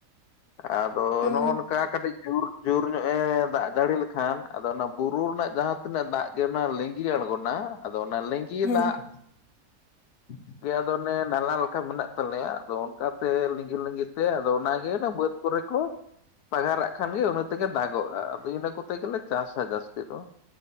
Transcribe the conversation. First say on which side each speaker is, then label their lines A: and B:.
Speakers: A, on the left; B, on the left.
A: ᱾ ᱟᱫᱚ
B: ᱚ
A: ᱱᱚᱜᱼᱚ ᱱᱚᱝᱠᱟ ᱠᱟᱹᱴᱤᱡ ᱡᱳᱨ ᱡᱳᱨ ᱧᱚᱜᱼᱮ ᱫᱟᱜ ᱡᱟᱹᱲᱤ ᱞᱮ ᱠᱷᱟᱱ ᱟᱫᱚ ᱚᱱᱟ ᱵᱩᱨᱩ ᱨᱮᱱᱟᱜ ᱡᱟᱦᱟᱸ ᱛᱤᱱᱟᱹᱜ ᱫᱟᱜ ᱜᱮ ᱚᱱᱟ ᱞᱤᱸᱡᱤ ᱟᱬᱜᱚᱱᱟ ᱟᱫᱚ ᱚᱱᱟ ᱞᱤᱸᱜᱤ
B: ᱦᱮᱸ
A: ᱫᱟᱜ
B: <inaudible>
A: ᱜᱮ ᱟᱫᱚ ᱚᱱᱮ ᱱᱟᱞᱟ ᱞᱮᱠᱟ ᱢᱮᱱᱟᱜ ᱛᱟᱞᱮᱭᱟ ᱟᱫᱚ ᱚᱱᱠᱟᱛᱮ ᱞᱤᱸᱜᱤ ᱞᱤᱸᱜᱤ ᱛᱮ ᱟᱫᱚ ᱚᱱᱟᱜᱮ ᱚᱱᱮ ᱵᱟᱹᱫᱽ ᱠᱚᱨᱮ ᱠᱚ ᱯᱟᱜᱟᱨᱟᱜ ᱠᱷᱟᱱ ᱜᱮ ᱤᱱᱟᱹ ᱛᱮᱜᱮ ᱫᱟᱜᱚᱜᱼᱟ ᱟᱫᱚ ᱤᱱᱟᱹ ᱠᱚᱛᱮ ᱜᱮᱞᱮ ᱪᱟᱥᱟ ᱡᱟᱹᱥᱛᱤ ᱫᱚ᱾